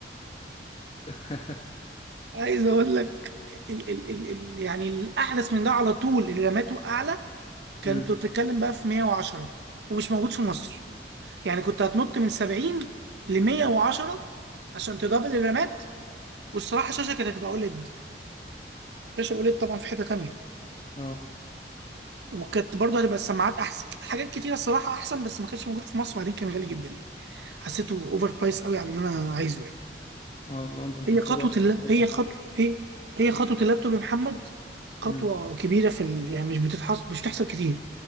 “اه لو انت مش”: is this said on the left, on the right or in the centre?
Left